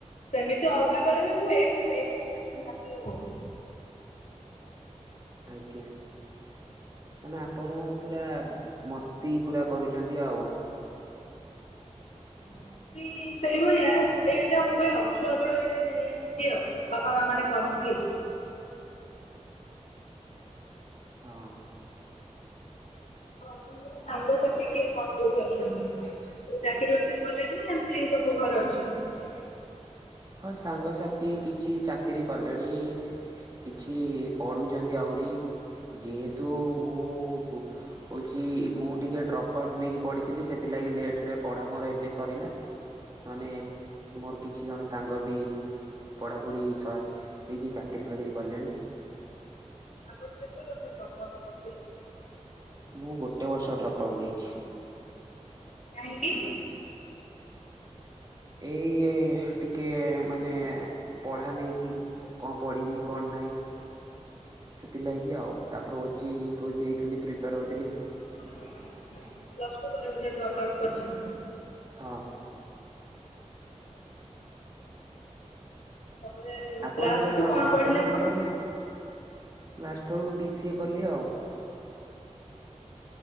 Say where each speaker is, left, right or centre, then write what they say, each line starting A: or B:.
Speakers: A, on the left; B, on the right.
A: ସେମିତି ଅଲଗା ବେଳେ ବି ହୁଏ କିନ୍ତୁ ଏକାଗ୍ର ବି ନିହାତି
B: ଆଜ୍ଞା। ତା ଆପଣ ପୁରା ମସ୍ତି ପୁରା କରୁଛନ୍ତି ଆଉ।
A: ମସ୍ତି ସେଇଭଳିଆ, ଏଆତ ହୁଏ ଆଉ ଛୁଆବେଳୁ ଏଇଟା ହେଇ ଆସିଛି, ଆଉ ବାପା ମା ମାନେ କରନ୍ତି।
B: <inaudible> ହଁ <inaudible>
A: ମୋର ସାଙ୍ଗ ସାଥି କିଏ କଣ କୋଉଠି ଅଛନ୍ତି? ଚାକିରି ବାକିରି କଲେଣି ନା ଏମିତି ସବୁ ଘରେ ଛ <unintelligible>
B: ହଁ, ସାଙ୍ଗସାଥି କିଛି ଚାକିରି କଲେଣି କିଛି ପଢୁଛନ୍ତି ଆହୁରି ଯେହେତୁ ମୁଁ ହଉଛି ମୁଁ ଟିକେ ଡ୍ରପ୍ ଆଉଟ୍ ନେଇକି ପଡିଥିଲି, ସେଥିଲା ଲେଟରେ ପଢା ମୋର ଏବେ ସରିଲା, ନହେନେ ମର କିଛି ଜଣ ସାଙ୍ଗ ସାଙ୍ଗ ବି ପଢ଼ାପଢ଼ି ସ ହେଇକି ଚାକିରି ଫାକିରି କଲେଣି।
A: ଆପଣ? <unintelligible>
B: ମୁଁ ଗୋଟେ ବର୍ଷ ଡ୍ରପ୍ ଆଉଟ୍ ନେଇଛି।
A: କାହିଁକି?
B: ଏଇ ଏ ଟିକେ ମାନେ ପଢା ନେଇକି କଣ ପଢିବି, କଣ ନାହିଁ। ସେଥିଲାଗି ଆଉ। ତାପରେ ଓ ଜେ ଇ ପକ୍ ଦେଇଥିଲି ପ୍ରିପାର ହୋଇଥିଲି।
A: ପ୍ଲସ ଟୁ ପରେ ମଧ୍ୟ ଡ୍ରପ୍ ଆଉଟ୍ କରିଚନ୍ତି?
B: ହଁ।
A: ତାପରେ
B: ଆପଣ
A: ଲାଷ୍ଟ
B: ବୋଧେ
A: କୁ
B: ଡ୍ର
A: କଣ
B: ଆପଣ
A: ପଢିଲେ
B: ଡ୍ରପ
A: ପୁଣି?
B: ଆଉ ନେଇ ଲାଷ୍ଟ ବେଳକୁ ବି ସି ଏ କଲି ଆଉ।